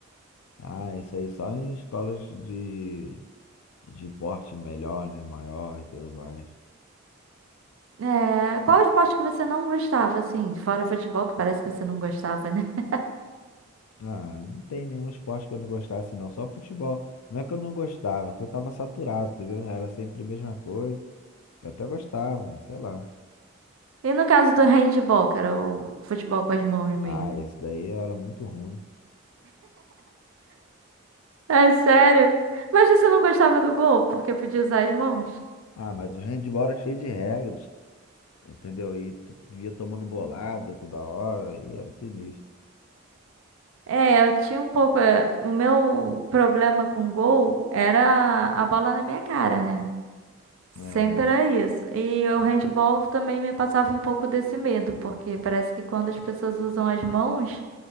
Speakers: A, on the left; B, on the right.
A: Ah, isso aí só em escolas de, de porte melhor, né? Maior e tudo mais.
B: É, qual esporte que você não gostava, assim, fora futebol, que parece que você não gostava, né? <laughs>
A: Ah, não tem nenhum esporte que eu não gostasse, não. Só futebol. Não é que eu não gostava, é que eu tava saturado, entendeu? Era sempre a mesma coisa. Eu até gostava, mas sei lá.
B: E no caso do handball, que era o futebol com as mãos mesmo.
A: Ah, esse daí era muito ruim.
B: É sério? Mas você não gostava do gol, porque podia usar as mãos?
A: Ah, mas o handball era cheio de regras, entendeu? E tu via tomando bolada toda hora e era sinistro.
B: É, eu tinha um pouco. é, o meu problema com gol era a bola na minha cara, né? Sempre
A: É.
B: era isso. E o handball também me passava um pouco desse medo, porque parece que quando as pessoas usam as mãos,